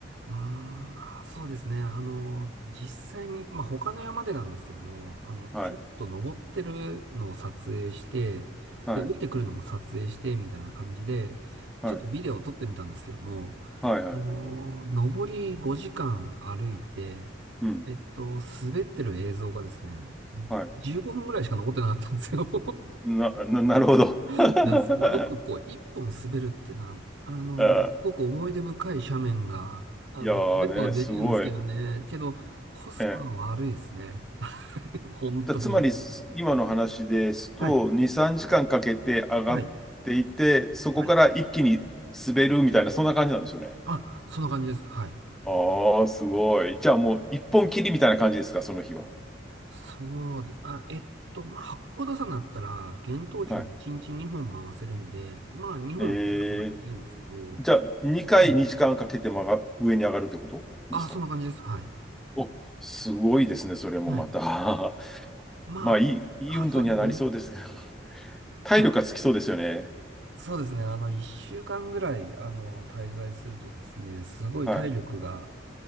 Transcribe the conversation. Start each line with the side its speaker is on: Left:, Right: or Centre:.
Right: うーん、まあそうですね。あの、実際に、まあ、他の山でなんですけども、あの、
Centre: はい。
Right: ちょっと登ってるのを撮影して、
Centre: はい。
Right: で、降りてくるのも撮影して、みたいな感じで、
Centre: はい。
Right: ちょっとビデオを撮ってみたんですけども、
Centre: はい。はい。
Right: あの、上り5時間歩いて、
Centre: うん。
Right: えっと、滑ってる映像がですね、
Centre: はい。
Right: 15分ぐらいしか残ってなかったんですよ。
Centre: な、な、なるほど。
Right: <laughs>
Centre: <laughs> あ
Right: いやすごくこう、一本滑るってな、あの、
Centre: ー
Right: すごく思い出深い斜面が、あの、
Centre: いやーね、
Right: 滑ることできるんですけどね、
Centre: すごい。
Right: けど、コスパは悪いですね。
Centre: ええ
Right: <laughs> 本当に。
Centre: だ、つまり、す今の話ですと、
Right: はい。
Centre: 2、3時間かんかけて上がっていて、
Right: はい。
Centre: そこから一気に滑るみたいな、
Right: はい。
Centre: そんな感じなんですよね。
Right: あ、そんな感じです。はい。
Centre: ああ、すごい。じゃあもう、一本切りみたいな感じですか、その日は。
Right: そうで、あ、えっと、まあ、八甲田山だったら、厳冬期でも1日2本回せるんで、
Centre: はい
Right: まあ、2本することはできるんですけど、
Centre: ええじゃあ、2回2時間かんかけて曲が、
Right: はい。
Centre: 上に上がるってことですか
Right: あ、そんな感じです。はい。
Centre: お、すごいですね、それもまた。
Right: はい。
Centre: <laughs>
Right: まあ、
Centre: まあ、いい、いい運動にはなりそうですけど。
Right: あ、そうですね。
Centre: <laughs> 体力がつきそうですよね。
Right: <laughs> そうですね。あの、1週間ぐらい、あの、滞在するとですね、すごい体力が、
Centre: はい。